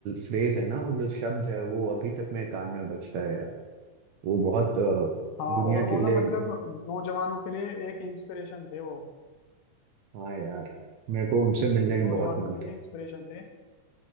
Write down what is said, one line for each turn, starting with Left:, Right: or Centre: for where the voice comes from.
Right: फ्रेज है ना वो जो शब्द है वो अभी तक मेरे कान में बजता है यार वो बहुत अ,
Left: हाँ
Right: दुनिया
Left: और
Right: के
Left: वो
Right: लिए
Left: ना मतलब नौजवानों के लिए एक इंस्पिरेशन थे वो
Right: हाँ यार मेरे को उनसे मिलने में
Left: नौजवानों
Right: बहुत मन
Left: के लिए
Right: था
Left: इंस्पिरेशन थे